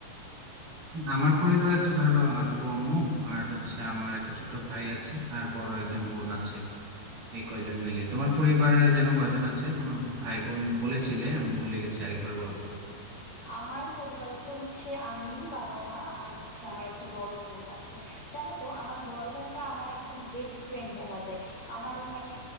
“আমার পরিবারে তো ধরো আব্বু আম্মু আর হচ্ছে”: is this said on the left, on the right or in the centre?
Right